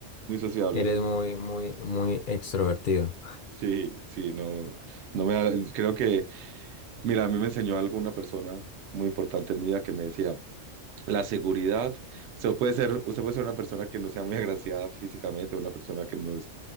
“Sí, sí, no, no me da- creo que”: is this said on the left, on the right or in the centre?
Right